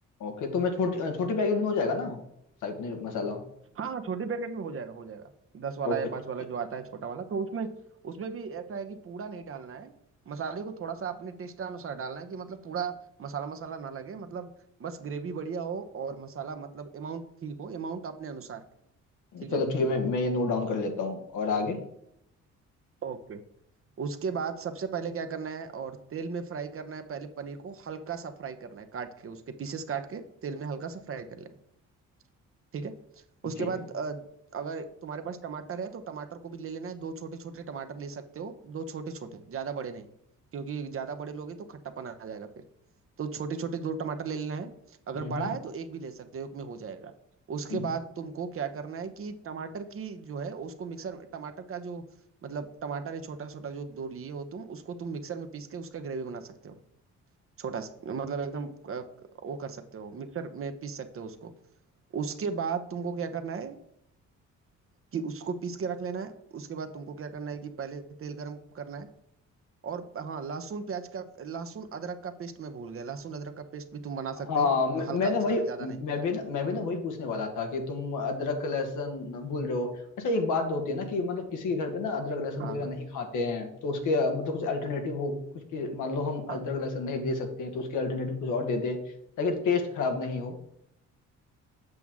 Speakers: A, on the left (about 80°); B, on the right (about 45°).
A: ओके तो मैं छोटी छोटी पैकेट में हो जाएगा ना शाही पनीर मसाला
B: हाँ हाँ छोटे पैकेट में हो जाएगा हो जाएगा दस वाला
A: ओके
B: या पाँच वाला
A: च-
B: जो आता है छोटा वाला तो उसमें उसमें भी ऐसा है कि पूरा नहीं डालना है मसाले को थोड़ा सा अपने टेस्ट अनुसार डालना है कि मतलब पूरा मसाला मसाला ना लगे मतलब बस ग्रेवी बढ़िया हो और मसाला मतलब अमाउंट ठीक हो अमाउंट अपने अनुसार ठीक
A: चलो
B: है
A: ठीक है मैं मैं ये नोट डाउन कर लेता हूँ और आगे
B: ओके उसके बाद सबसे पहले क्या करना है और तेल में फ्राई करना है पहले पनीर को हल्का सा फ्राई करना है काट के उसके पीसेस काट के तेल में हल्का सा फ्राई कर लेना है, ठीक है उसके
A: ठीक
B: बाद
A: है
B: अ, अगर तुम्हारे पास टमाटर है तो टमाटर को भी ले लेना है दो छोटे छोटे टमाटर ले सकते हो दो छोटे छोटे ज्यादा बड़े नहीं क्योंकि ज्यादा बड़े लोगे तो खट्टापन आ जाएगा फिर तो छोटे छोटे दो टमाटर ले लेना है अगर
A: हम्म
B: बड़ा है तो एक भी ले सकते हो एक में हो जाएगा उसके
A: हम्म
B: बाद तुमको क्या करना है कि टमाटर की जो है उसको मिक्सर टमाटर का जो मतलब टमाटर है छोटा छोटा जो दो लिए हो तुम उसको तुम मिक्सर में पीस के उसका ग्रेवी बना सकते हो छोटा सा- मतलब एकदम
A: हम्म
B: अ, वो कर सकते हो मिक्सर में पीस सकते हो उसको उसके बाद तुमको क्या करना है कि उसको पीस के रख लेना है उसके बाद तुमको क्या करना है कि पहले तेल गरम करना है और हाँ लहसुन प्याज का लहसुन अदरक का पेस्ट मैं भूल गया लहसुन अदरक का पेस्ट भी तुम बना
A: हाँ
B: सकते हो
A: म-
B: हल्का
A: मैं ना वही
B: सा ज्यादा नहीं
A: मैं भी ना मैं भी ना वही पूछने वाला था कि तुम अदरक लहसुन भूल रहे हो अच्छा एक बात होती है ना कि मतलब किसी के घर पे ना अदरक लहसुन
B: हाँ
A: वगैरह
B: हाँ
A: नहीं खाते हैं तो उसके अ, मतलब कुछ अल्टरनेटिव हो कुछ कि मान लो
B: हाँ
A: हम अदरक लहसुन नहीं दे सकते हैं तो उसके अल्टरनेटिव कुछ और दे दें ताकि टेस्ट खराब नहीं हो